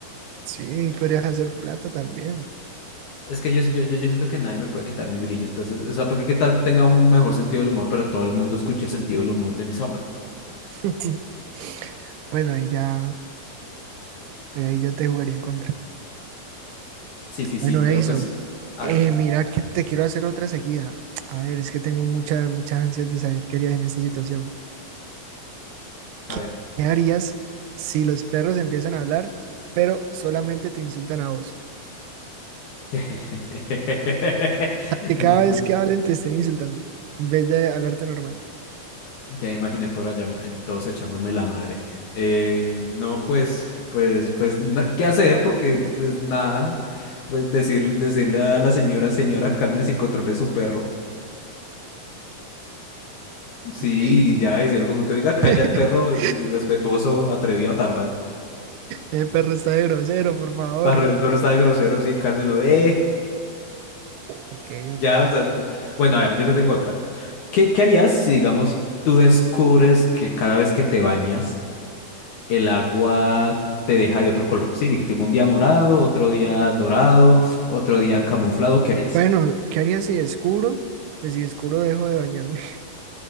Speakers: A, on the right; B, on the left.
A: Sí, y podrías hacer plata también. <clears throat>
B: Es que yo, yo, yo yo siento que nadie me puede quitar mi brillo, entonces, o sea, porque qué tal tenga un mejor sentido del humor, pero todo el mundo escuche el sentido del humor de mi sombra.
A: <laughs> Bueno, ahí ya, pues ahí ya te jugaría en contra.
B: Sí, sí, sí,
A: Bueno,
B: pero
A: Edison,
B: pues, a
A: eh,
B: ver,
A: mira que te quiero hacer otra seguida. A ver, es que tengo muchas, muchas ansias de saber qué harías en esta situación.
B: a
A: ¿Qué
B: ver.
A: qué harías si los perros empiezan a hablar, pero solamente te insultan a vos?
B: <laughs>
A: O sea, que
B: No,
A: cada
B: pues,
A: vez que hablen te estén insultando, en vez de hablarte normal.
B: ya me imaginé por allá eh, todos echándome la madre. Eh, no, pues, pues, pues, na- ¿qué hacer? Porque, pues, nada, pues decir, decirle a la señora, señora, cálmese y controle su perro. Sí,
A: Ok.
B: y ya decirlo como que, oiga, calla
A: <laughs>
B: el perro irrespetuoso, atrevido, Tarban.
A: El perro está de grosero, por favor.
B: Parre- Pero está de grosero, sí, cálmelo. Eh,
A: Ok, ok.
B: ya, o sea, t- bueno, a ver, yo te tengo otra. ¿Qué, qué harías si, digamos, tú descubres que cada vez que te bañas, el agua te deja de otro color? Sí, dije, tipo un día morado, otro día dorado, otro día camuflado, ¿qué harías?
A: Bueno, ¿qué haría si descubro? Pues si descubro, dejo de bañarme. <laughs>